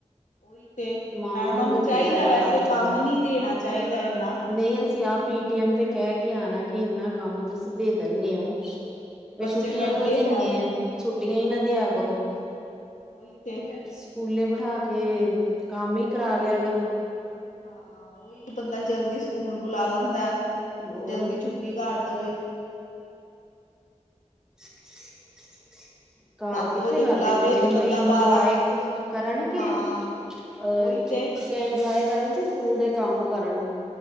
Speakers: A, on the left; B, in the centre.
A: ਉਹੀ ਤੇ
B: ਮਾਵਾਂ
A: ਮੈਡਮਾਂ ਨੂੰ
B: ਦਿੰਦੀਆਂ
A: ਚਾਹੀਦਾ,
B: ਨੇ
A: ਵੈਸੇ
B: ਨੂੰ
A: ਕੰਮ ਨਹੀਂ ਦੇਣਾ ਚਾਹੀਦਾ। ਇੰਨਾ
B: ਨਹੀਂ, ਅਸੀਂ ਆਪ ਪੀ-ਟੀ-ਐਮ ਤੇ ਕਹਿ ਕੇ ਆਣਾ, ਕਿ ਇੰਨਾ ਕੰਮ ਤੁਸੀਂ ਦੇ ਦਿੰਦੇ ਹੋ। ਵੀ
A: ਬੱਚੇ
B: ਛੁੱਟੀਆਂ,
A: ਕਰਦੇ
B: ਕਿਉ ਦਿੰਨੇ
A: ਹੈ ਨੀ
B: ਆ ਛੁੱਟੀਆਂ
A: ਹਾਂ
B: ਹੀ ਨਾ ਦਿਆ ਕਰੋ।
A: ਉਹੀ ਤੇ
B: ਸਕੂਲੇ ਬਿਠਾ ਕੇ ਕੰਮ ਹੀ ਕਰਾ ਲਿਆ, ਕਰੋ।
A: ਹਾਂ, ਉਹੀ ਬੰਦਾ ਜਲਦੀ ਸਕੂਲ ਬੁਲਾ ਲੈਂਦਾ
B: ਹੋਰ
A: ਜਲਦੀ ਛੁੱਟੀ ਕਰ ਦੇਵੇ ।
B: <unintelligible> ਘਰ
A: ਸੱਤ
B: ਕਿੱਥੇ
A: ਵਜੇ
B: ਕਰਦੇ
A: ਬੁਲਾਵੇ
B: ਬੱਚੇ,
A: ਤੇ
B: ਹੁਣ
A: ਬੰਦਾ
B: ਇੰਜੋਏ
A: ਬਾਰਾਂ
B: ਕਰਨ ਕੇ,
A: ਹਾਂ
B: ਅਹ
A: ਉਹੀ
B: ਛੁੱਟੀਆਂ
A: ਤੇ
B: ਇੰਜੋਏ ਕਰਨ ਜਾਂ ਸਕੂਲ ਦੇ ਕੰਮ ਕਰਨ।